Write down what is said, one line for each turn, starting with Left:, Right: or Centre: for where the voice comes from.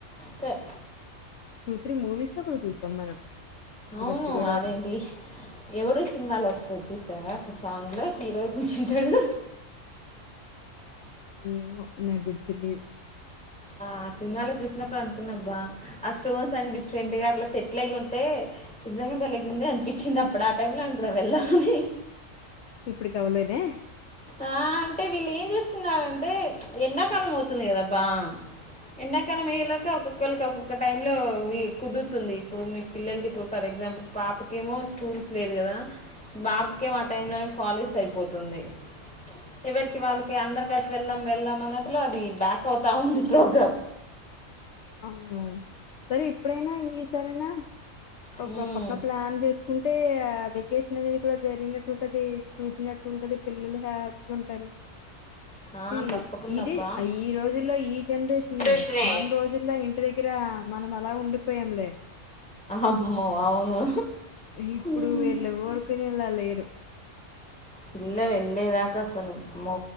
Centre: sir
Left: two three movies లో కూడా చూస్తాం మనం 'ఇది
Centre: అవును
Left: వెస్ట్ గోదావరి'
Centre: అదేంటి ఎవడూ సినిమాలు వస్తంది చూసారా ఒక సాంగ్ లో హీరో కూర్చుంటాడు
Left: ఏమో నాకు గుర్తులేదు
Centre: ఆ సినిమాలో చూసినప్పుడు అనుకున్నాబ్బా ఆ స్టోన్స్ అని డిఫరెంట్ గా అట్లా సెటిల్ అయ ఉంటే బ్యాలెగుంది అనిపించింది అప్పుడు ఆ టైమ్ లో అని కూడా వెళ్దామని
Left: ఇప్పుడుకి అవ్వలేదే
Centre: ఆ అంటే వీళ్ళు ఏం చేస్తున్నారంటే ఎండాకాలం అవుతుంది కదాబ్బా ఎండాకాలం అయ్య లోక ఒక్కొక్కళ్రికి ఒక్కొక్క టై లో కుదురుతుంది ఇప్పుడు మీ పిల్లలకి ఇప్పుడు పర ఎగ్జాంపుల్ పాపకేమో స్కూల్స్ లేదు కదా బాబుకేం ఆ టైంలోనే కాలేజ్ సరిపోతుంది ఎవరికి వాళ్ళకి అందరు కలిసి వెళ్దాం వెళ్దాం అన్నట్లు అది బ్యాక్ పోతా ఉంది ప్రోగ్రాం
Left: అవును సరే ఇప్పుడైనా ఈ సరైన ఒక
Centre: మ్మ్
Left: పక్క ప్లాన్ చేసుకుంటే ఆ వెకేషన్ అనేది కూడా జరిగినట్టు ఉంటది చూసినట్టు ఉంటది పిల్లలు హ్యాపీగా ఉంటారు
Centre: ఆ
Left: ఇది
Centre: తప్పకుండా
Left: ఇది
Centre: అబ్బా
Left: ఈ రోజుల్లో ఈ జనరేషన్
Centre: కృష్ణే
Left: మన రోజులు ఇంటి దగ్గర మనం అలా ఉండిపోయాంలే.
Centre: అమ్మో అవును
Left: ఇప్పుడు
Centre: ఉమ్.
Left: వీళ్లు ఊరుకునేలా లేరు.
Centre: పిల్లలు వెళ్ళలేదాకా అసలు అమో